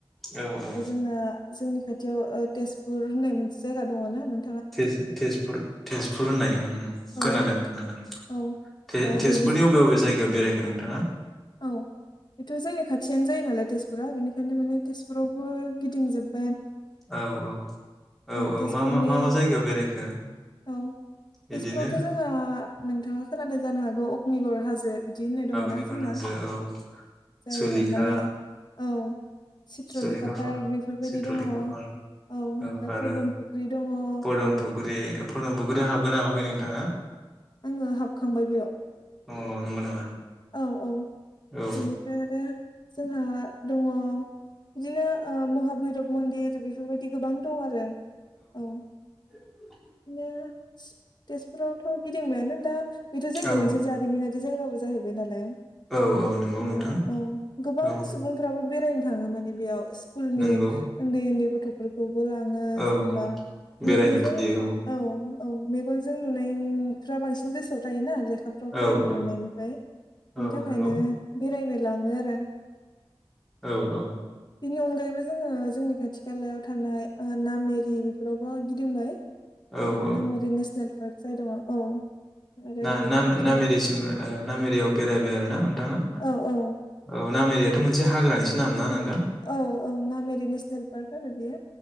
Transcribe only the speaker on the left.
जोंना जोंनि खाथियाव ओ तेजपुर होननाय मोनसे जायगा दङ ना नों
औ
औ
दा
बेबो
औ बेथ' जोंनि खा थियानो जायो नालाय तेजपुरा बेनिखायनो माने तेजपुरावबो गिदिंजोब
तेजपुरनि
औ
तेजपुरावथ' जोंहा नोंथाङा खोनादों जानो हागौ अग्निगर हाजो बिदि होननाय दङना
जोंना।
जायो
माने औ चित्रलेखा
पार्क बेफोरबायदि
दङ।
ओमफ्राय
पदुम फुख्रि दङ औ
आङो हाबखांबाय बेयाव।
औ औ
बेनिफ्राय आरो जोंहा दङ। बिदिनो ओ महाभैरब मन्दिर बि बेफोरबायदि गोबां दं आरो औ।
बिनो तेजपुरावथ' गिदिंबायानो दा बेथ' जोंनि
मोनसे जारिमिनारि जायगाबो जाहैबाय नालाय
औ
औ गोबां
सुबुंफ्राबो बेरायनो थाङो माने बेयाव। स्कुलनि
उन्दै उन्दै गथ'फोरखौ लाङो
जेनेबा
मेगनजों
औ। औ मेगनजों नुनायफ्रा बांसिन गोसोआव थायोना लेखाफ्राव
फरायनो
मोननायनिफ्राय
बिनि थाखायनो
बेरायनो लाङो आरो।
बेनि अनगायैबो जोङो जोंनि खाथि खालायाव थानाय ओ नामेरि बेफोरावबो गिदिंबाय। ओ
नामेरि नेसनेल पार्क जादोङो औ। आरो
बेनि खाथियाव
औ औ
औ औ नामेरि नेसनेल पार्क आरो बेयो